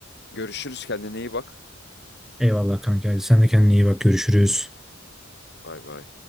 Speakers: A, on the left (about 55°); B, in the centre.
A: görüşürüz kendine iyi bak.
B: Eyvallah kanka. Hadi sen de kendine iyi bak. Görüşürüz.
A: Bay bay.